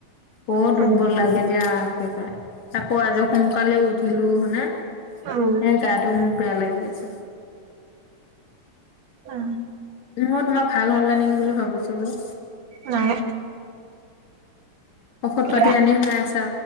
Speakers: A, on the left; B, on the right.
A: ক দুৰ্বল
B: উম।
A: লাগে দিয়া একেবাৰে আকৌ আজ সোনকালে উঠিলো হনে।
B: নাই
A: এ গাটো মো বেয়া লাগি আছে।
B: আঁ।
A: ময তোমাৰ ভাল হল নেকি বুলি ভাবিছিলো।
B: নাই
A: ঔষধ
B: এতিয়া
A: পাতি আনি খাই আছা।